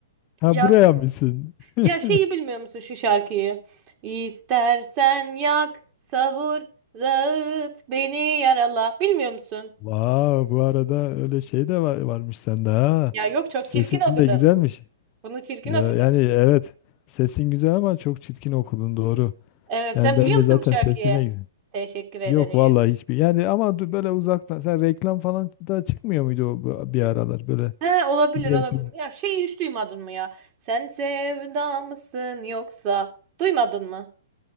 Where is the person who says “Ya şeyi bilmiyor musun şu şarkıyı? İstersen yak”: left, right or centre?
Right